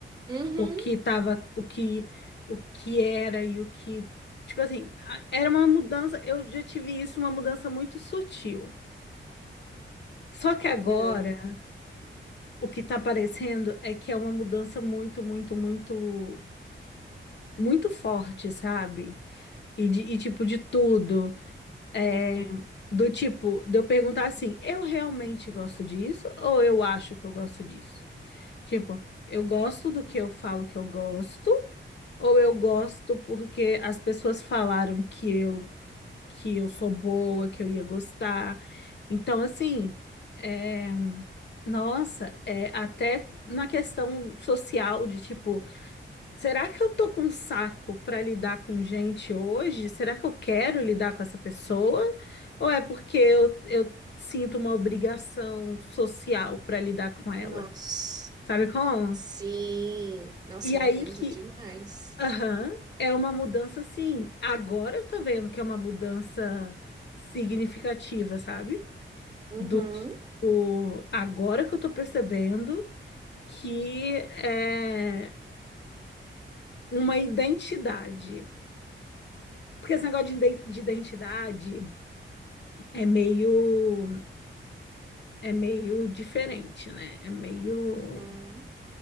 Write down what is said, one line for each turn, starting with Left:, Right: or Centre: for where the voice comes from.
Right: Uhum.
Left: o que tava, o que, o que era e o que, tipo assim, a- era uma mudança, eu já tive isso, uma mudança muito sutil. Só que agora
Right: É.
Left: O que tá parecendo é que é uma mudança muito, muito, muito, muito forte, sabe? E, de, e tipo, de tudo. É,
Right: Uhum.
Left: do tipo, de eu perguntar assim, eu realmente gosto disso ou eu acho que eu gosto disso? Tipo, eu gosto do que eu falo que eu gosto ou eu gosto porque as pessoas falaram que eu que eu sou boa, que eu ia gostar. Então, assim, é, nossa, é, até na questão social de tipo, será que eu tô com um saco para lidar com gente hoje? Será que eu quero lidar com essa pessoa? Ou é porque eu, eu sinto uma obrigação social para lidar com ela?
Right: Nossa.
Left: Sabe como?
Right: Sim. Nossa,
Left: E aí
Right: eu entendo
Left: que
Right: demais.
Left: Aham, É uma mudança, sim. Agora eu tô vendo que é uma mudança significativa, sabe?
Right: Uhum.
Left: Do tipo, agora que eu tô percebendo que é uma identidade. Porque esse negócio de iden- de identidade é meio, é meio diferente, né? É meio.
Right: Hum.